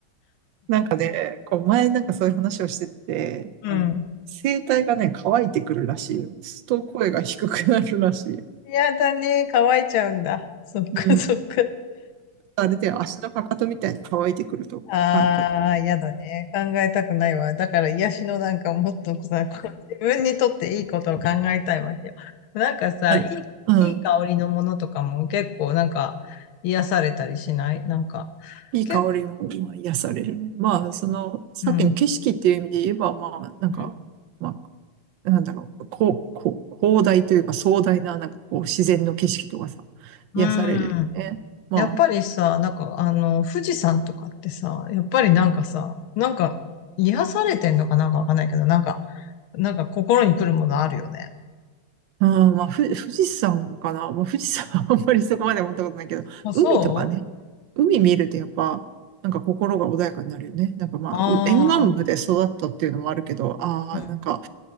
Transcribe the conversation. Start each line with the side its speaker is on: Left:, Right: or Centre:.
Right: なんかね、こう、前なんかそういう話をしてて、
Left: うん。
Right: あの、声帯がね、乾いてくるらしいよ。すると声が低くなるらしいよ。
Left: やだね、乾いちゃうんだ。そっかそっか。
Right: うん。あ、出て足のかかとみたいに乾いてくると。
Left: ああ、
Right: まあ、
Left: やだね。考えたくないわ。だから癒しのなんかもっとさ、こう自分にとっていいことを考えたいわけよ。なんかさ、
Right: あ
Left: い
Right: うん。
Left: い、いい香りのものとかも結構なんか癒されたりしないなんか、
Right: いい香りも、
Left: 結構、
Right: まあ、癒されるね。まあ、その、さっきの景色っていう意味で言えば、
Left: うん、
Right: まあ、なんか、
Left: うん。
Right: まあ、なんだろう、こう、こう、広大というか壮大な、なんかこう、自然の景色とかさ、
Left: うん。
Right: 癒されるよね。ま
Left: やっぱりさ、なんかあの、富士山とかってさ、やっぱりなんかさ、なんか癒されてんのかなんかわかんないけど、なんか、なんか心に来るものあるよね。
Right: あ、あーまあ、ふ、富士山かな。まあ、富士山は <laughs> あんまりそこまで思ったことないけど、
Left: あ、
Right: 海とかね、
Left: そ
Right: 海見るとやっぱ、なんか心が穏やかになるよね。なんかまあ、
Left: うああー。
Right: う沿岸部で育ったっていうのもあるけど、ああ、
Left: うん
Right: なんか、